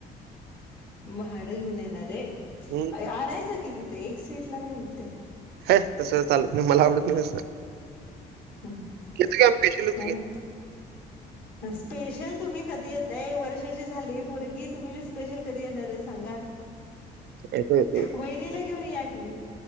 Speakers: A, on the left; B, on the right.
A: भाडं घेऊन येणार रे
B: हं,
A: आणायचं कि तिथे एक सीटला काय होतय.
B: हे तसं चालत नाही मला आवडत नाही तसं.
A: ह
B: येतो
A: ह,
B: की आम्ही स्पेशल येतो की.
A: काय. स्पेशल तुम्ही कधी यताय वर्षाची झाली परगी तुम्ही स्पेशल कधी येणार आहे सांगा.
B: येतो, येतो, येतो.
A: वहिनीला घेऊन या की.